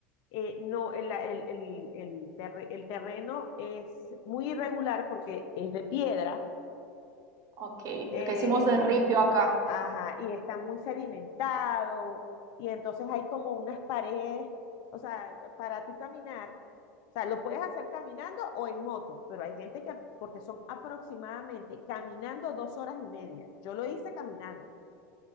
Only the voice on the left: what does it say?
eh, no, el, el- el- el terre- el terreno es muy irregular porque es de piedra,
eh,
ajá, y está muy sedimentado, y entonces hay como unas paredes, o sea, para tú caminar. O sea, lo puedes hacer caminando o en moto, pero hay gente que, porque son aproximadamente caminando dos horas y media. Yo lo hice caminando.